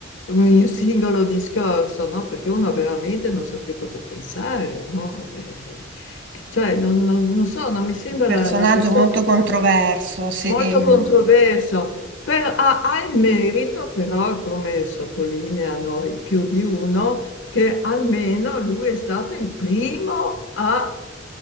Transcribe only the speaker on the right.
un personaggio
molto controverso, sì.
mm.